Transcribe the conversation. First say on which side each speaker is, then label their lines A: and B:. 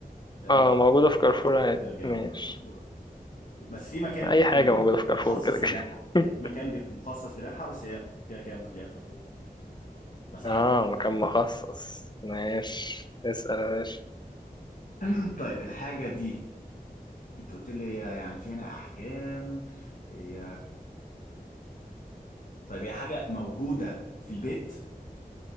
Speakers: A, on the left; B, on the left.
A: اه
B: اه موجودة في كارفور عادي
A: كده كده
B: ماشي
A: موجودة في كارفور بس في مكان
B: اي
A: تاني
B: حاجه موجوده في كارفور
A: مخصص
B: كده كده
A: لبيعها يعني
B: <laughs>
A: في مكان بي- مخصص لبيعها بس هي كده كده ممكن تلاقيها في كارفور بساعد
B: اه مكان
A: عم
B: مخصص ماشي اسال يا باشا
A: <clears throat> طيب الحاجة دي انت قلت لي هي يعني في منها احجام هي طيب هي حاجة موجودة في البيت